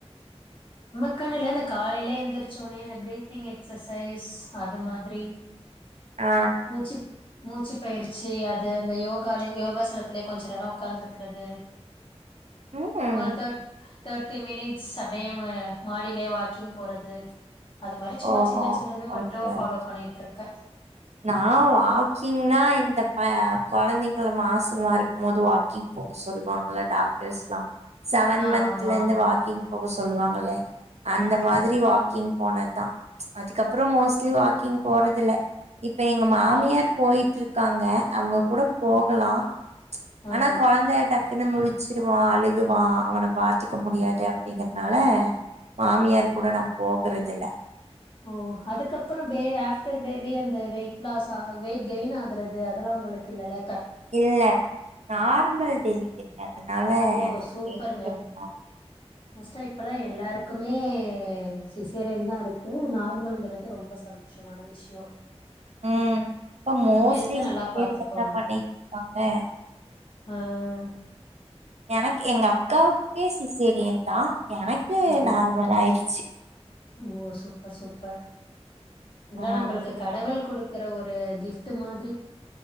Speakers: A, on the left; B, on the right.
A: ஜிம்முக்கு இல்ல இந்த காலைல எந்திரச்சோடனே அந்த பிரீத்திங் எக்சசைஸ் அது மாதிரி
B: ஆ
A: மூச்சு மூச்சு பயிற்சி அது இந்த யோகால யோகாசனத்திலயே கொஞ்ச நேர உட்காந்துருக்கிறது
B: ம்
A: ஒரு தட் தேர்ட்டி மினிட்ஸ் அப்படியே மாடியிலயே வாக்கிங் போறது அது மாதிரி சும்மா
B: ஓஹோ
A: சின்ன சின்னத மட்டும்
B: ஓகே
A: ஃபாலோ
B: ஓகே
A: பண்ணிட்டு இருக்கே
B: நா வாக்கிங்னா இந்த ப குழந்தைங்க மாசமா இருக்கும்போது வா கிங்போ சொல்லுவாங்கள டாக்டர்ஸ்லா செவன்
A: ஆ
B: மந்த்ல
A: ஆமா
B: இருந்து வாக்கிங் போக சொல்லுவாங்கள அந்த
A: ம்
B: மாதிரி வாக்கிங் போனதுதா அதுக்கப்புறம் மோஸ்ட்லி வாக்கிங் போறது இல்ல இப்ப எங்க
A: ஆ
B: மாமியார்
A: அது
B: போயிட்டு இருக் காங்க அவங்க கூட
A: ஓ
B: போகலாம்
A: ஆ
B: ஆனா குழந்த டக் குன்னு முழச்சிருவா அழுகுவா அவன பாத்துக்க
A: அ
B: முடியாது அப்படிங்கற னால மாமியார் கூட நா போகறது இல்ல
A: ஓ அதுக்கப்புறம் பே ஆப்டர் பேபி அந்த வெயிட் லாஸ் வெயிட் கெயின் ஆகுறது அதெல்லா உங்களுக்கு இல்லல
B: இல்ல நார்மல் டெலிவரி அதனால
A: ஓ
B: எனக்கு
A: சூப்பருங்க
B: வெயிட் கேன் ஆகல
A: மோஸ்ட்டா இப்பல்லா எல்லாருக்குமே சிசேரியன் தா இருக்கு நார்மல்ங்றது ரொம்ப சந்தோஷமான விஷ்யோ
B: உம் இப்ப மோஸ்ட்லி
A: ஹெல்த்த நல்லா
B: <inaudible>
A: பாத்துக்கோங்க ஆஹ்
B: எனக் எங்க அக்காவுக்கே சிசேரியன் தா எனக்கு
A: ஓ
B: நார்மல் ஆயிடுச்சு
A: ஓ சூப்பர் சூப்பர் இதுலா
B: ம்
A: நம்பளுக்கு கடவுள் குடுக் க்கற ஒரு கிஃப்ட் மாதிரி